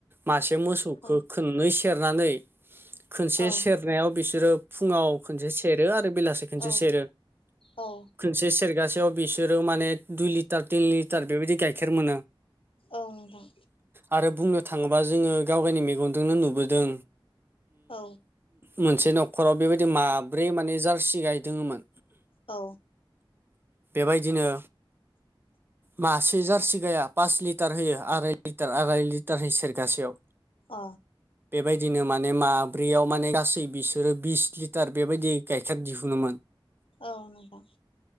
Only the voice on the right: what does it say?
मासे मोसौखौ
खननै सेरनानै खनसे
सेरनायाव बिसोरो फुङाव खनसे सेरो आरो बेलासे खनसे
सेरो
खनसे सेरगासेयाव बिसोरो माने दुइ लिटार तिन लिटार बेबायदि गाइखेर मोनो
आरो बुंनो थांङोबा जोंङो गावावनि मेगनजोंनो नुबोदों
मोनसे न'खराव बेबायदि माब्रै माने जार्सि गायदों मोन
बेबायदिनो
मासे जारसिगाया पास लिटार होयो आराय लिटार आराय लिटार हो सेरगासेयाव
बेबायदिनो माने माब्रैयाव माने गासै बिसोरो बिस लिटार बेबायदि गाइखेर दिहुनोमोन